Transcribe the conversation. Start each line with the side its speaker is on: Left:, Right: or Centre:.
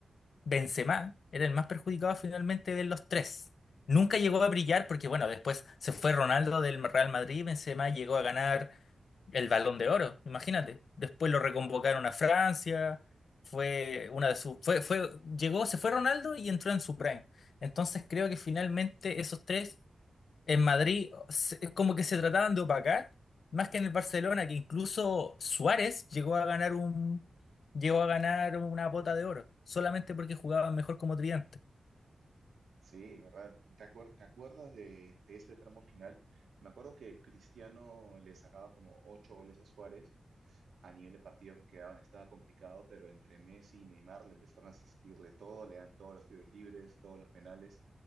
Left: Benzema era el más perjudicado finalmente de los tres. Nunca llegó a brillar porque, bueno, después se fue Ronaldo del Real Madrid y Benzema llegó a ganar el Balón de Oro, imagínate. Después lo reconvocaron a Francia, fue una de sus... Fue, fue, llegó, se fue Ronaldo y entró en su prime. Entonces creo que finalmente esos tres en Madrid se- es como que se trataban de opacar, más que en el Barcelona, que incluso Suárez llegó a ganar un, llegó a ganar una bota de oro, solamente porque jugaban mejor como tridente.
Right: Sí, de ¿verdad? ¿Te acuer- te acuerdas de, de ese tramo final? Me acuerdo que Cristiano le sacaba como ocho goles a Suárez a nivel de partidos que quedaban, estaba complicado, pero entre Messi y Neymar le empezaron a asistirle todo, le dan todos los tiros libres, todos los penales,